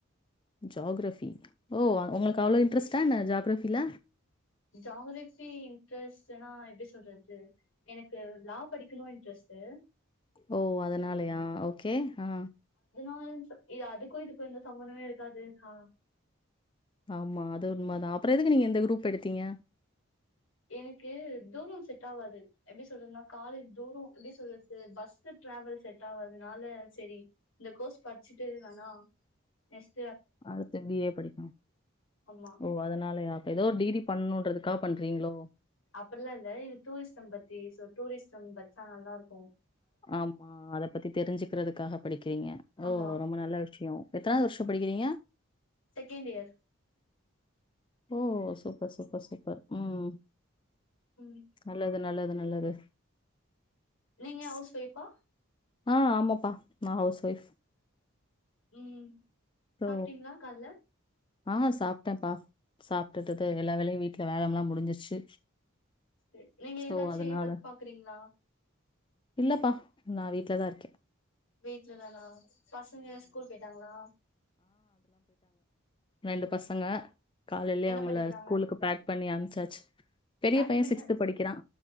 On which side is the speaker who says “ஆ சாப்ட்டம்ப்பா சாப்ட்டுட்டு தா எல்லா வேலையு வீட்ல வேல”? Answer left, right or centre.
Left